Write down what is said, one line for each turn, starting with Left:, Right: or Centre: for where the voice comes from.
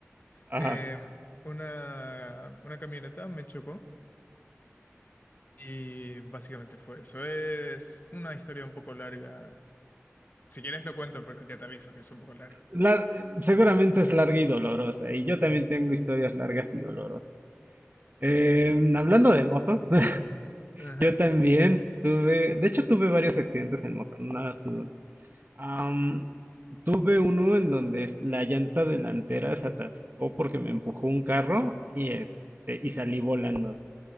Right: ajá.
Left: em, una, una camioneta me chocó y básicamente fue eso. Es una historia un poco larga. Si quieres lo cuento, pero ya te aviso que es un poco larga.
Right: La- seguramente es larga y dolorosa, y yo también tengo historias largas y dolorosas. Em, hablando de motos, <laughs>
Left: Ajá.
Right: yo también tuve, de hecho tuve varios accidentes en moto, no nada más tuve uno. Am, tuve uno en donde es- la llanta delantera se atascó porque me empujó un carro y este, y salí volando.